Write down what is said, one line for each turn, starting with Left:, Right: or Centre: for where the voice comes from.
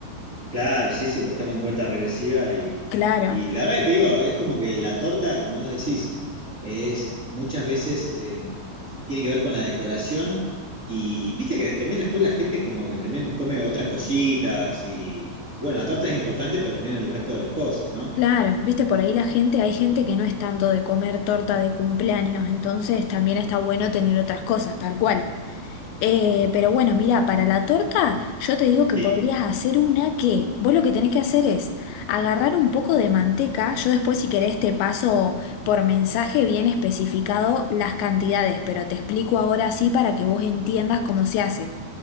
Right: claro, sí, sí, pues estamos en cuenta regresiva y,
Left: Claro,
Right: y la verdad que te digo, es como que la torta, como vos decís, es muchas veces eh, tiene que ver con la decoración y viste que también después la gente como que también come otras cositas y bueno, la torta es importante, pero también el resto de las cosas, ¿no?
Left: claro. Viste, por ahí la gente, hay gente que no es tanto de comer torta de cumpleaños, entonces también está bueno tener otras cosas, tal cual. Eh,
Right: Ujú.
Left: pero bueno, mira, para la torta yo te digo
Right: Sí,
Left: que podrías hacer una que vos lo que tenés que hacer es agarrar un poco de manteca, yo después si querés te paso por mensaje bien especificado las cantidades, pero te explico ahora sí para que vos entiendas cómo se hace.